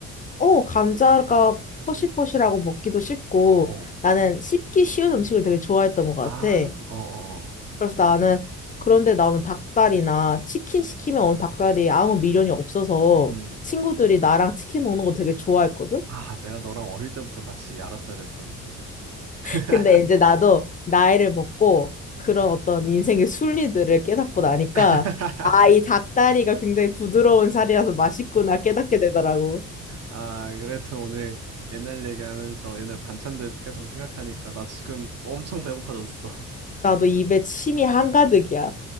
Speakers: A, on the left; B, on the right.
A: 어 감자가 포실포실하고 먹기도 쉽고
B: 어.
A: 나는 씹기 쉬운 음식을 되게 좋아했던 것 같아.
B: 아, 어, 어, 어.
A: 그래서 나는 그런데 나오는 닭다리나 치킨 시키면 오는 닭다리 아무 미련이 없어서
B: 음.
A: 친구들이 나랑 치킨 먹는 거 되게 좋아했거든.
B: 아, 내가 너랑 어릴 때부터 같이 알았어야 됐었는데. <laughs>
A: 근데 이제 나도 나이를 먹고 그런 어떤 인생의 순리들을 깨닫고 나니까
B: <laughs>
A: 아, 이 닭다리가 굉장히 부드러운 살이라서 맛있구나 깨닫게 되더라고.
B: 아, 그래도 오늘 옛날 얘기하면서 옛날 반찬들 계속 생각하니까 나 지금 엄청 배고파졌어. <laughs>
A: 나도 입에 침이 한가득이야.